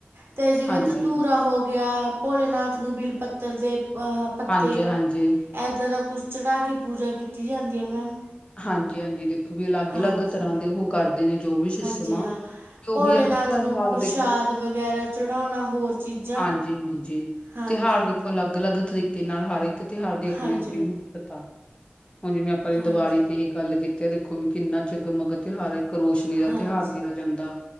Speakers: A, on the right; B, on the left.
A: ਤੇ ਜਿਵੇ
B: ਹਾਂਜੀ,
A: ਧਤੂਰਾ ਹੋ ਗਿਆ। ਭੋਲੇਨਾਥ ਨੂੰ ਬਿਲ ਪੱਤਰ ਦੇ ਅਹ ਪੱਤੇ।
B: ਹਾਂਜੀ-ਹਾਂਜੀ।
A: ਇੱਦਾਂ ਦਾ ਕੁਛ ਚੜ੍ਹਾ ਕੇ ਪੂਜਾ ਕੀਤੀ ਜਾਂਦੀ ਏ ਮੈਮ।
B: ਹਾਂਜੀ-ਹਾਂਜੀ। ਵੀ ਅਲੱਗ-ਅਲੱਗ
A: ਹਾਂਜੀ,
B: ਤਰ੍ਹਾਂ ਦੇ ਉਹ ਕਰਦੇ ਨੇ ਜੋ ਵੀ ਸਿਸਮ
A: ਹਾਂਜੀ
B: ਆ
A: ਹਾਂ।
B: ਤੇ ਉਹੀ
A: ਭੋਲੇਨਾਥ
B: ਆ ਕਿੱਥੇ
A: ਨੂੰ
B: ਆਪਦੇ
A: ਪ੍ਰਸ਼ਾਦ ਵਗੈਰਾ ਚੜਾਣਾ ਹੋਰ ਚੀਜ਼ਾਂ।
B: ਹਾਂਜੀ-ਹਾਂਜੀ।
A: ਹਾਂਜੀ,
B: ਤਿਉਹਾਰ ਦੇਖੋ, ਅਲੱਗ-ਅਲੱਗ ਤਰੀਕੇ ਕੇ ਨਾਲ ਹਰ ਇੱਕ ਤਿਉਹਾਰ ਦੀ ਆਪਣੀ-ਆਪਣੀ
A: ਹਾਂਜੀ,
B: ਮਹੱਤਤਾ। ਹੁਣ ਜਿਵੇਂ ਆਪਾਂ ਨੇ
A: ਹਾਂਜੀ,
B: ਦੀਵਾਲੀ ਇਹੀ ਗੱਲ ਕੀਤੀ ਦੇਖੋ ਵੀ ਕਿੰਨਾ ਜਗਮਗ ਤਿਉਹਾਰ ਏ। ਕਰੋਸ਼ਨੀ ਦਾ
A: ਹਾਂਜੀ,
B: ਤਿਉਹਾਰ ਕਿਹਾ ਜਾਂਦਾ।